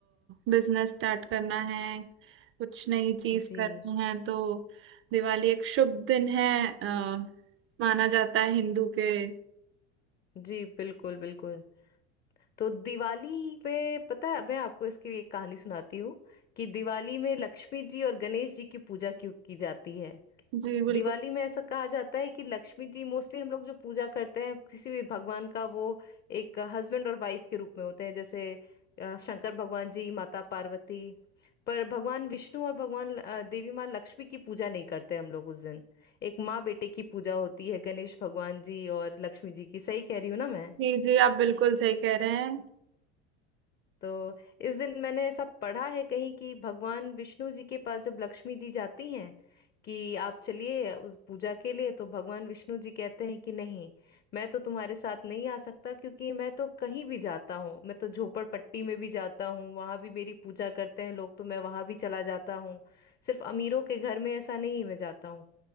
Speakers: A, on the right; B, on the left.
A: बिजनेस स्टार्ट करना है कुछ नई चीज
B: जी
A: करनी है तो दिवाली एक शुभ दिन है अ, माना जाता है हिंदू के
B: जी बिल्कुल बिल्कुल तो दिवाली पे पता है मैं आपको इसकी एक कहानी सुनाती हूँ कि दिवाली में लक्ष्मी जी और गणेश जी की पूजा क्यों की जाती है
A: जी बिल्कुल
B: दिवाली में ऐसा कहा जाता है कि लक्ष्मी जी मोस्टली हम लोग जो पूजा करते हैं किसी भी भगवान का वो एक हस्बैंड और वाइफ के रूप में होते हैं जैसे अ, शंकर भगवान जी माता पार्वती पर भगवान विष्णु और भगवान अ, देवी माँ लक्ष्मी की पूजा नहीं करते हम लोग उस दिन एक माँ बेटे की पूजा होती है गणेश भगवान जी और लक्ष्मी जी की सही कह रही हूँ ना मैं
A: जी जी आप बिल्कुल सही कह रहे हैं
B: तो इस दिन मैंने ऐसा पढ़ा है कहीं कि भगवान विष्णु जी के पास जब लक्ष्मी जी जाती हैं कि आप चलिए उस पूजा के लिए तो भगवान विष्णु जी कहते हैं कि नहीं मैं तो तुम्हारे साथ नहीं आ सकता क्योंकि मैं तो कहीं भी जाता हूँ मैं तो झोपड़पट्टी में भी जाता हूँ वहां भी मेरी पूजा करते हैं लोग तो मैं वहां भी चला जाता हूँ सिर्फ अमीरों के घर में ऐसा नहीं मैं जाता हूँ